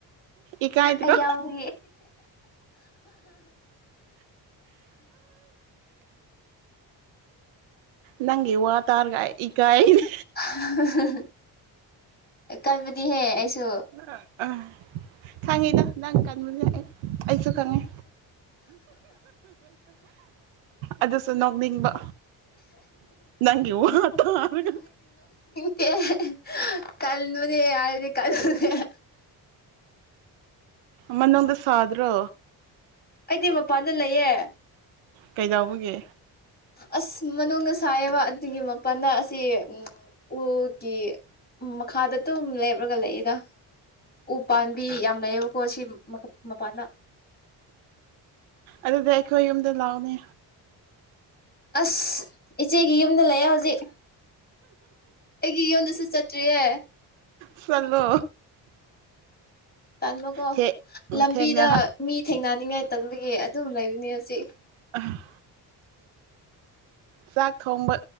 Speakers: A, on the right (about 80°); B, on the left (about 20°).
A: ꯏꯀꯥꯏꯗ꯭ꯔꯣ
B: ꯑꯩ ꯌꯥꯎ <inaudible>
A: ꯅꯪꯒꯤ ꯋꯥ ꯇꯥꯔꯒ ꯑꯩ ꯏꯀꯥꯏ ꯅꯦ
B: <unintelligible> ꯀꯟꯕꯗꯤꯍꯦ ꯑꯩꯁꯨ
A: ꯑ ꯑꯥ ꯁꯥꯡꯉꯤꯗ ꯅꯪ ꯀꯥꯟꯕꯅꯦ ꯑꯩ ꯑꯩꯁꯨ ꯈꯪꯉꯤ ꯑꯗꯨꯁꯨ ꯅꯣꯛꯅꯤꯡꯕ ꯅꯪꯒꯤ ꯋꯥ ꯇꯥꯔꯒ
B: ꯀꯦ ꯀꯟꯕꯅꯦ ꯍꯥꯏꯔꯗꯤ ꯀꯟꯕꯅꯦ <inaudible>
A: ꯃꯅꯨꯡꯗ ꯁꯥꯗ꯭ꯔꯣ
B: ꯑꯩꯗꯤ ꯃꯄꯥꯟꯗ ꯂꯩꯌꯦ
A: ꯀꯩꯗꯧꯕꯒꯤ
B: ꯑꯁ ꯃꯅꯨꯡꯗ ꯁꯥꯏꯌꯦꯕ ꯑꯗꯨꯒꯤ ꯃꯄꯜꯗ ꯑꯁꯤ ꯎ ꯎꯒꯤ ꯎꯝ ꯃꯈꯥꯗ ꯑꯗꯨꯝ ꯂꯦꯞꯂꯒ ꯂꯩꯌꯦꯗ ꯎ ꯄꯥꯝꯕꯤ ꯌꯥꯝ ꯂꯩꯌꯦꯕꯀꯣ ꯁꯤ ꯃꯄꯥꯟꯗ
A: ꯑꯗꯨꯗꯤ ꯑꯩꯈꯣꯏ ꯌꯨꯝꯗ ꯂꯥꯛꯑꯣꯅꯦ
B: ꯑꯁ ꯏꯆꯦꯒꯤ ꯌꯨꯝꯗ ꯂꯩꯑꯦ ꯍꯧꯖꯤꯛ ꯑꯩꯒꯤ ꯌꯨꯝꯗꯁꯨ ꯆꯠ ꯇꯔꯤꯌꯦ
A: ꯆꯠꯂꯣ
B: ꯇꯥꯟꯃꯀꯣ
A: ꯊꯦꯛ
B: ꯂꯝꯕꯤꯗ
A: ꯊꯦꯡꯅ
B: ꯃꯤ ꯊꯦꯡꯅꯅꯤꯡꯉꯥꯏ ꯇꯟꯕꯒꯤ ꯑꯗꯨꯝ ꯂꯩꯕꯅꯦ ꯍꯧꯖꯤꯛ
A: ꯑ ꯆꯥꯛ ꯊꯣꯡꯕ